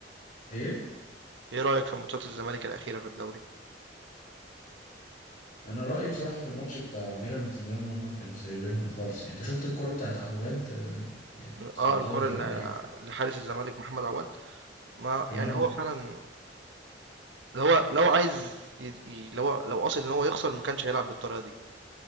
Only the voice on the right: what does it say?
إيه رأيك في ماتشات الزمالك الأخيرة في الدوري؟
آه الكرة
اللي
لحارس الزمالك محمد عواد ما
يعني هو فعلا اللي هو لو عايز ي- ي- لو هو- لو قصد إن هو يخسر ما كانش هيلعب بالطريقة دي.